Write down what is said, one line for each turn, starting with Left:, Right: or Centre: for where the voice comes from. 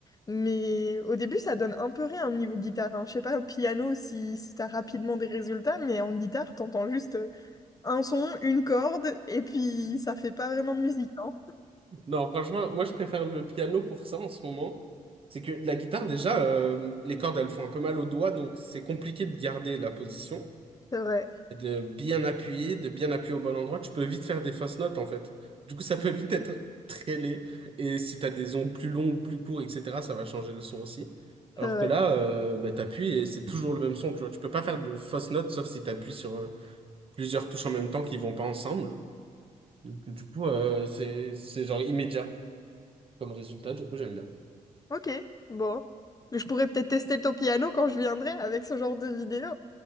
Left: Mais au début, ça donne un peu rien niveau guitare. Hein. Je sais pas, au piano, si, si t'as rapidement des résultats, mais en guitare, t'entends juste. euh, un son, une corde, et puis ça fait pas vraiment de musique, hein.
Right: Non, franchement, moi je préfère le piano pour ça en ce moment. C'est que la guitare, déjà, euh, les cordes, elles font un peu mal aux doigts, donc c'est compliqué de garder la position.
Left: C'est vrai,
Right: de bien appuyer, de bien appuyer au bon endroit, tu peux vite faire des fausses notes en fait. Du coup, ça peut vite être très laid. Et si tu as des ongles plus longs ou plus courts, etc., ça va changer le son aussi. Alors
Left: c'est vrai.
Right: que là, euh, bah, t'appuies et c'est toujours le même son, tu vois. Tu peux pas faire de fausses notes sauf si t'appuies sur euh, plusieurs touches en même temps qui vont pas ensemble. Donc, du coup, euh, c'est, c'est genre immédiat comme résultat, du coup, j'aime bien.
Left: Ok, bon. Je pourrais peut-être tester ton piano quand je viendrai avec ce genre de vidéo